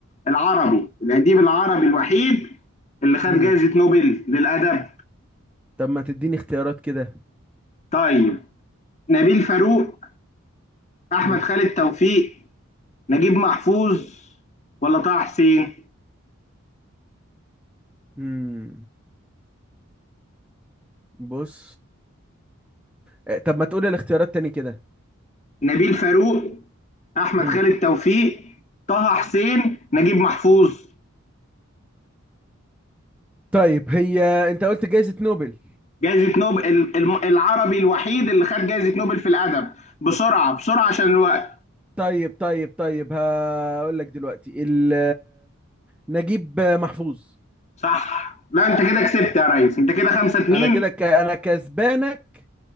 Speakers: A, on the left (about 30°); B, in the centre.
A: العربي الأديب العربي الوحيد اللي خد
B: امم
A: جائزة نوبل للأدب
B: طب ما تديني اختيارات كده
A: طيب نبيل فاروق أحمد
B: امم
A: خالد توفيق نجيب محفوظ ولا طه حسين
B: امم بص آه، طب ما تقولي الاختيارات تاني كده
A: نبيل فاروق أحمد
B: امم
A: خالد توفيق طه حسين نجيب محفوظ
B: طيب هي انت قلت جائزه نوبل
A: جائزة نوبل ال- الم- العربي الوحيد اللي خد جائزة نوبل في الأدب بسرعة بسرعة عشان الوقت
B: طيب طيب طيب هقول لك دلوقتي ال نجيب محفوظ
A: صح لا انت كده كسبت يا ريس انت كده 5 2
B: انا كده ك... انا كسبانك